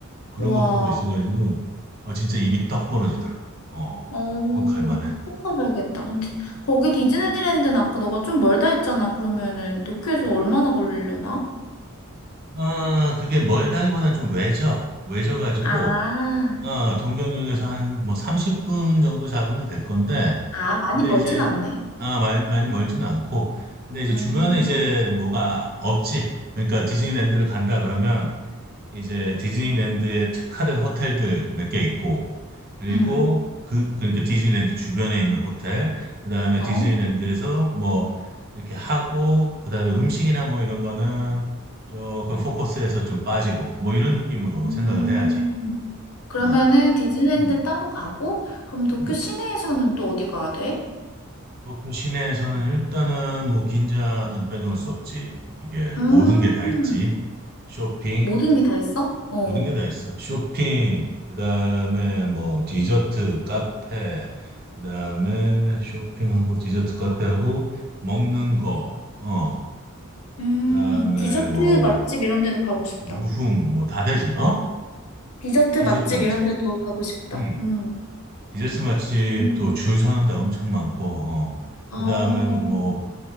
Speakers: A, on the right; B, on the left.
A: 그런
B: 와,
A: 것들도 있어가지고 아 진짜 입이 떡 벌어지더라. 어,
B: 어,
A: 꼭 갈만해.
B: 꼭 가봐야겠다. 그럼 디- 거기 디즈니랜드는 아까 너가 좀 멀다 했잖아. 그러면은 도쿄에서
A: 음.
B: 얼마나 걸리려나?
A: 아, 그게 멀다기보다 좀 외져. 외져가지고
B: 아,
A: 어, 동경역에서 한 뭐 30분 정도 잡으면 될 건데
B: 아, 많이
A: 근데
B: 멀진
A: 이제
B: 않네.
A: 아, 말- 많이 멀지는 않고 근데 이제
B: 음,
A: 주변에 이제 뭐가 없지. 그러니까 디즈니랜드를 간다 그러면 이제 디즈니랜드에 특화된 호텔들 몇 개 있고 그리고
B: 음,
A: 그 그러니까 디즈니랜드 주변에 있는 호텔, 그다음에
B: 어,
A: 디즈니랜드에서 뭐 이렇게 하고 그다음에 음식이나 뭐 이런 거는 조금 포커스에서 좀 빠지고 뭐 이런 느낌으로
B: 음.
A: 생각을 해야지.
B: 그러면은
A: 어.
B: 디즈니랜드
A: 음,
B: 따로 가고, 그러면 도쿄
A: 음.
B: 시내에서는 또 어디 가야 돼?
A: 도쿄 시내에서는 일단은 뭐 긴자는 빼놓을 수 없지. 이게
B: 음.
A: 모든 게 다 있지. 쇼핑,
B: 모든 게 다 있어? 어.
A: 모든 게 다 있어. 쇼핑, 그다음에 뭐 디저트 카페, 그다음에 쇼핑하고 디저트 카페하고 먹는 거, 어,
B: 음,
A: 그다음에
B: 디저트
A: 뭐
B: 맛집 이런 데도 가고 싶다.
A: 유흥 뭐 다 되지. 어?
B: 디저트
A: 디저트
B: 맛집
A: 맛집.
B: 이런 데도 가고 싶다.
A: 응.
B: 음.
A: 디저트 맛집도
B: 음.
A: 줄 서는 데 엄청 많고, 어.
B: 어,
A: 그다음에 뭐